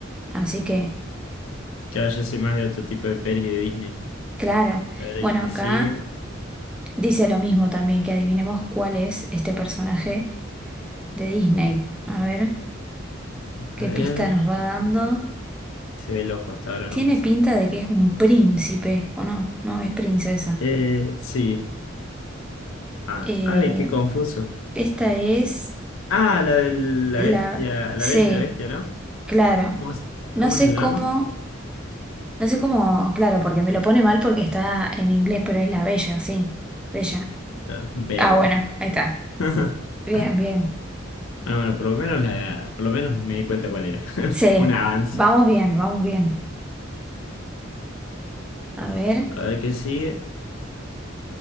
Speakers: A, in the centre; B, on the left.
A: Así que,
B: Claro, yo soy más de otro tipo de pelis de Disney.
A: claro.
B: A ver,
A: Bueno,
B: ¿y qué
A: acá
B: sigue?
A: dice lo mismo también, que adivinemos cuál es este personaje de Disney. A ver, ¿qué
B: A ver.
A: pista nos va dando?
B: Se ve el ojo hasta ahora
A: Tiene
B: nomás.
A: pinta de que es un príncipe, ¿o no? No, es princesa.
B: Eh, sí. Ah,
A: Eh,
B: ay, qué confuso.
A: esta es
B: Ah, la de la
A: la
B: bestia,
A: C,
B: la bella y la bestia, ¿no?
A: claro.
B: ¿Cómo, se-
A: No
B: cómo
A: sé
B: se llama?
A: cómo, no sé cómo, claro, porque me lo pone mal porque está en inglés, pero es la bella, sí. Bella.
B: Era Bell.
A: Ah, bueno, ahí está.
B: <laughs>
A: Bien, bien.
B: Ah, bueno, por lo menos la, por lo menos me di cuenta cuál era.
A: C.
B: <laughs> Un avance.
A: Vamos bien, vamos bien. A ver,
B: A ver qué sigue.